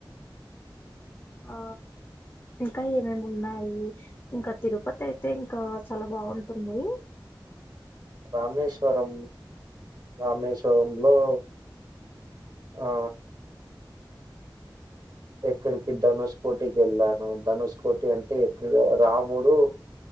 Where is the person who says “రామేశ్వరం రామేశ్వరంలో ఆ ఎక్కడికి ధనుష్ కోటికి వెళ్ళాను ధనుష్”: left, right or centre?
Right